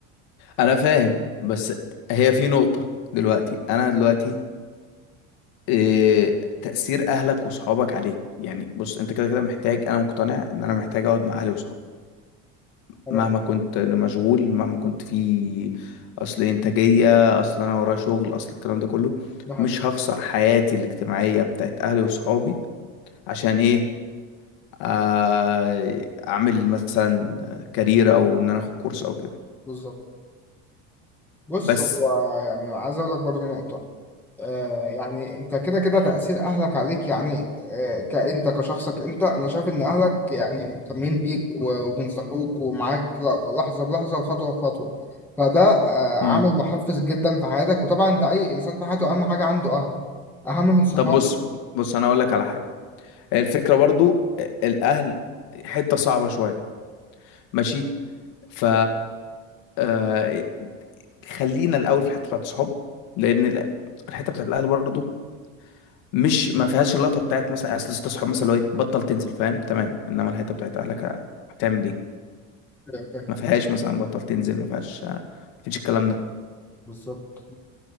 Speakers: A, on the left; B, in the centre.
A: انا فاهم بس هي في نقطة دلوقتي انا دلوقتي إيه تأثير اهلك وصحابك عليك يعني بص انت كده كده محتاج انا مقتنع ان انا محتاج اقعد مع اهلي وصحابي
B: تمام
A: مهما كنت مشغول مهما كنت في اصل انتاجية اصل انا ورايا شغل اصل الكلام ده كله
B: ده حقيقة
A: مش هخسر حياتي الاجتماعية بتاعت اهلي وصحابي عشان ايه آه، اعمل مثلا كارير او ان انا اخد كورس او كده
B: بالظبط بص
A: بس
B: هو يعني عايز اقول لك برضو نقطة آه، يعني انت كده كده تأثير اهلك عليك يعني آه، كأنت كشخصك انت انا شايف ان اهلك يعني مهتمين بيك و- وبينصحوك ومعاك ل- لحظة بلحظة وخطوة بخطوة فده آه،
A: مم.
B: عامل محفز جدا في حياتك وطبعا ده اي انسان في حياته اهم حاجة عنده اهله اهم من صحابه
A: طب بص بص انا اقول لك على حاجة الفكرة برضو آه، الأهل حتة صعبة شوية ماشي ف آه، خلينا الأول في الحتة بتاعت الصحاب لأن ال- الحتة بتاعت الأهل برضو مش ما فيهاش اللقطة بتاعت مثلا أصل ست صحاب مثلا لو إيه بطل تنزل فاهم تمام إنما الحتة بتاعت أهلك ه- هتعمل إيه
B: فاهم
A: ما فيهاش مثلا بطل تنزل ما فيهاش آه، ما فيش الكلام ده
B: بالظبط